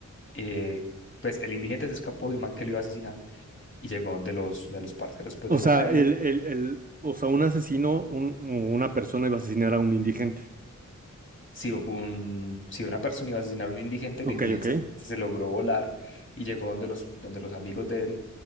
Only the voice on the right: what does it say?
O
sea,
el, el, el, o sea, un asesino, un, una persona iba a asesinar a un indigente.
Ok,
ok,